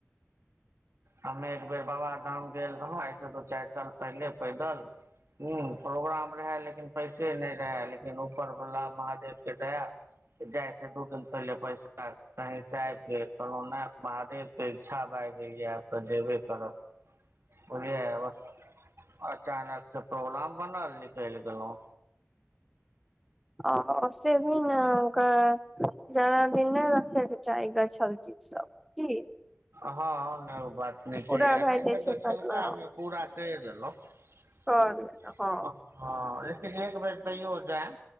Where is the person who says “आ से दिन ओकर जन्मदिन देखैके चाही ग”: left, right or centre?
Centre